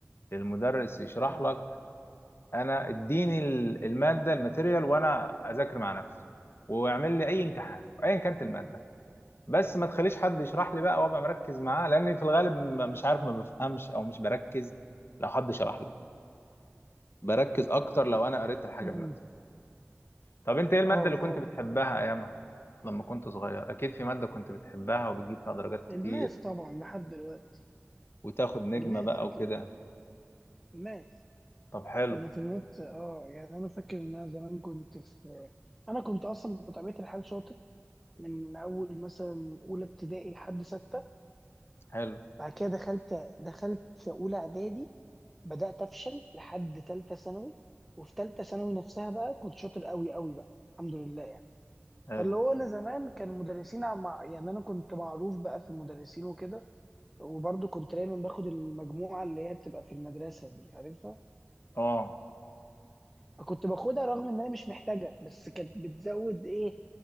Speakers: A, on the left; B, in the centre.
A: المدرس يشرح
B: اه
A: لك انا اديني ال- الماده الماتيريال وانا اذاكر مع نفسي واعمل لي اي امتحان ايا كانت الماده بس ما تخليش حد يشرح لي بقى وابقى مركز معاه لان في الغالب م- مش عارف ما بفهمش او مش بركز لو حد شرح لي بركز اكتر لو انا قريت الحاجه
B: امم
A: بنفسي طب انت ايه الماده
B: اه
A: اللي كنت
B: اه
A: بتحبها ايامها لما كنت صغير اكيد في ماده كنت بتحبها وبتجيب فيها درجات كتير
B: الماس طبعا لحد دلوقتي
A: وتاخد نجمه
B: الماس
A: بقى
B: اكيد
A: وكده
B: الماس
A: طب حلو
B: كانوا في الماس اه يعني انا فاكر ان انا زمان كنت في انا كنت اصلا بطبيعه الحال شاطر من اول مثلا اولى ابتدائي لحد سته
A: حلو
B: بعد كده دخلت دخلت اولى اعدادي بدات افشل لحد ثالثه ثانوي وفي ثالثه ثانوي نفسها بقى كنت شاطر قوي قوي بقى الحمد لله يعني
A: حلو
B: فاللي هو انا زمان كان مدرسين عم- مع يعني انا كنت معروف بقى في المدرسين وكده وبرضه كنت دايما باخد المجموعه اللي هي بتبقى في المدرسه دي عارفها
A: اه
B: فكنت باخدها رغم ان انا مش محتاجها بس كانت بتزود ايه